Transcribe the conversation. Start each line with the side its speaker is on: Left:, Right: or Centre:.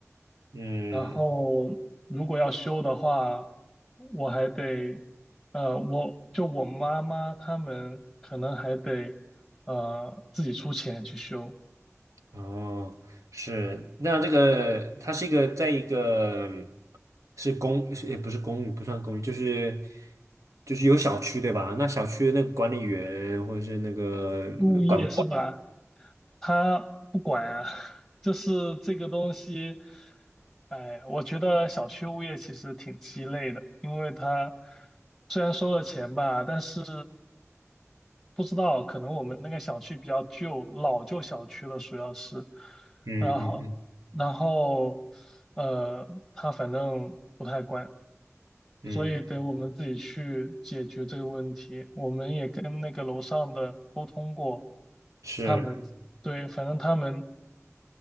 Right: 嗯。
Centre: 然后如果要修的话，我还得，呃，我就我妈妈他们可能还得，呃，自己出钱去修。
Right: 哦，是，那这个它是一个在一个是公，是也不是公寓，不算公寓，就是就是有小区对吧？那小区的那个管理员或者是那个管，
Centre: 物业是吧？他不管啊，就是这个东西，哎，我觉得小区物业其实挺鸡肋的，因为他虽然收了钱吧，但是不知道，可能我们那个小区比较旧，老旧小区了，主要是，
Right: 嗯嗯
Centre: 然后然后呃，他反正不太管，
Right: 嗯嗯，
Centre: 所以得我们自己去解决这个问题，我们也跟那个楼上的。沟通过。
Right: 是，
Centre: 他们对，反正他们